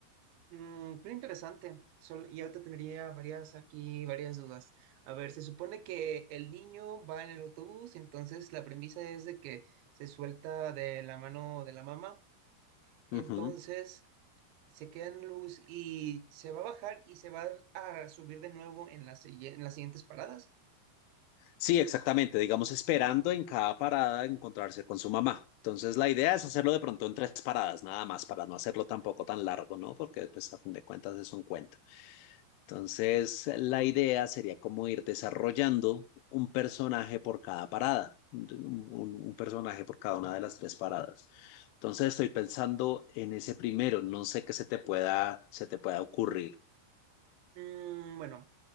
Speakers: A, on the right; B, on the left.
A: Mm, pero interesante. Sol- y ahorita tendría varias aquí, varias dudas. A ver, se supone que el niño va en el autobús, entonces la premisa es de que se suelta de la mano de la mamá, entonces
B: Ujú.
A: se queda en luz y se va a bajar y se va a subir de nuevo en las, siguie- en las siguientes paradas.
B: Sí, exactamente. Digamos, esperando en cada parada encontrarse con su mamá. Entonces, la idea es hacerlo de pronto en tres paradas, nada más, para no hacerlo tampoco tan largo, ¿no? Porque, pues, a fin de cuentas es un cuento. Entonces, la idea sería como ir desarrollando un personaje por cada parada, un, un- un personaje por cada una de las tres paradas. Entonces, estoy pensando en ese primero, no sé qué se te pueda, se te pueda ocurrir.
A: Mm, bueno.